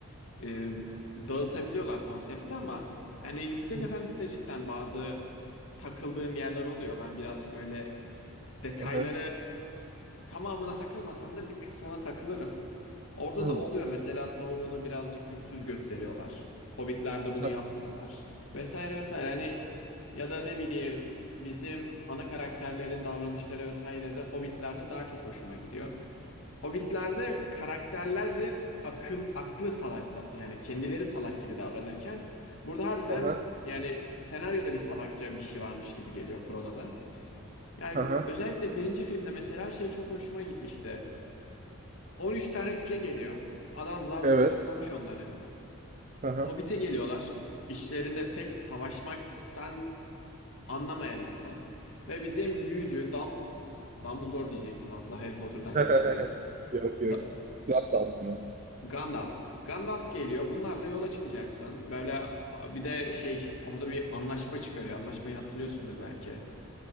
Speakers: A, on the left; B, on the right.
A: e, dağıtabiliyorlar konsepti ama yani Yüzüklerin
B: Hı.
A: Efendisi'nde cidden bazı takıldığım yerler oluyor. Ben birazcık öyle detayları
B: Aha.
A: tamamına takılmasam da bir kısmına takılırım. Orada
B: Hı.
A: da oluyor. Mesela Sauron'u birazcık güçsüz gösteriyorlar. Hobbitler'de bunu
B: Aha.
A: yapmıyorlar. Vesaire vesaire. Hani ya da ne bileyim bizim ana karakterlerin davranışları vesaire de Hobbitler'de daha çok hoşuma gidiyor. Hobbitler'de karakterlerin akıl aklı salak da, yani kendileri salak gibi davranırken burada harbiden
B: Aha.
A: yani senaryoda bir salakça bir şey varmış gibi geliyor Frodo'da. Yani
B: Aha.
A: özellikle birinci filmde mesela şey çok hoşuma gitmişti. 13 tane cüce geliyor. Adam zar zor
B: Evet.
A: toplamış onları.
B: Aha.
A: Hobbit'e geliyorlar. İşlerinde tek savaşmaktan anlamayan insan. Ve bizim büyücü Dam Dumbledore diyecektim az daha Harry Potter'dan
B: <laughs>
A: karıştırıp.
B: Yok yok.
A: Da-
B: Güzel de aslında.
A: Gandalf. Gandalf geliyor. Bunlarla yola çıkacaksın. Böyle bir de şey orada bir anlaşma çıkarıyor. Anlaşmayı hatırlıyorsundur belki.